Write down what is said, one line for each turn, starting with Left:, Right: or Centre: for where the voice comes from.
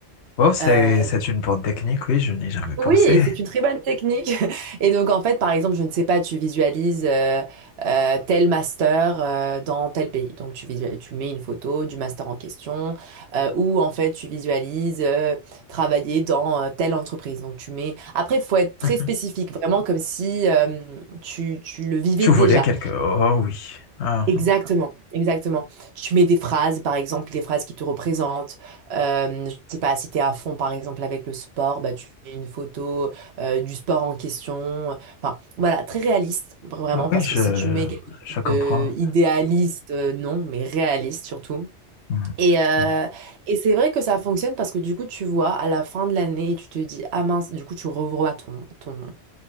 Left: Wow, c'est,
Right: Euh,
Left: c'est une bonne technique, oui, je n'ai jamais pensé.
Right: oui, c'est une très bonne technique. <laughs> Et donc, en fait, par exemple, je ne sais pas, tu visualises euh, euh, tel master euh, dans tel pays. Donc, tu visualises, tu mets une photo du master en question, euh, ou en fait, tu visualises euh, travailler dans euh, telle entreprise. Donc, tu mets. Après, il faut être très
Left: Mhm.
Right: spécifique, vraiment comme si euh, tu, tu le vivais
Left: Tu
Right: déjà.
Left: voulais quelque... Oh oui. Ah,
Right: Exactement, exactement. Tu mets des phrases, par exemple, des phrases qui te représentent. Euh, je sais pas, si t'es à fond, par exemple, avec le sport, bah, tu fais une photo euh, du sport en question. Enfin, voilà, très réaliste, vra- vraiment,
Left: ah oui,
Right: parce
Left: je,
Right: que si tu mets quelque
Left: je
Right: chose
Left: comprends.
Right: de idéaliste, euh, non, mais réaliste surtout.
Left: Mhm,
Right: Et, euh,
Left: mhm.
Right: et c'est vrai que ça fonctionne parce que du coup, tu vois, à la fin de l'année, et tu te dis, ah mince, du coup, tu revois ton, ton,